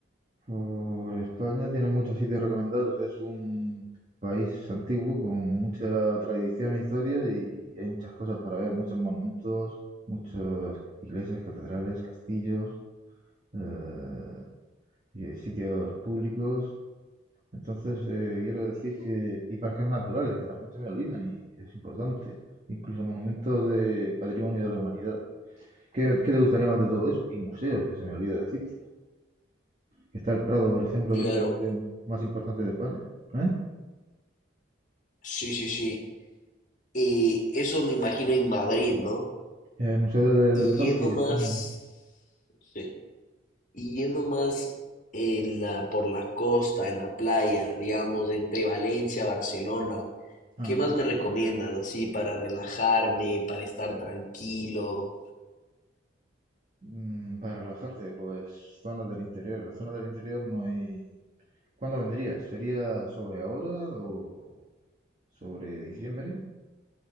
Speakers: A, on the right (about 35°); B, on the left (about 40°).
A: Por España tiene muchos sitios recomendables. Es un país antiguo con mucha tradición e historia y hay muchas cosas para ver, muchos monumentos, muchas iglesias, catedrales, castillos, eh, y sitios públicos. Entonces, eh, quiero decir que... Y parques naturales, que también se me olvidan y es importante. Incluso monumentos de patrimonio de la humanidad. ¿Qué, qué te gustaría más de todo eso? Y museos, que se me olvida decírtelo. Está el Prado, por ejemplo,
B: Claro,
A: que es el museo más importante de España. ¿Eh?
B: sí, sí, sí. Eh, eso me imagino en Madrid, ¿no?
A: El Museo de- del
B: Y
A: Prado
B: yendo
A: sí
B: más...
A: está en Madrid.
B: Sí. Y yendo más en la, por la costa, en la playa, digamos, entre Valencia, Barcelona,
A: Ajá.
B: ¿qué más me recomiendas así para relajarme, para estar tranquilo?
A: Mm, para relajarte, pues zonas del interior. La zona del interior no hay... ¿Cuándo vendrías? ¿Sería sobre ahora o sobre diciembre?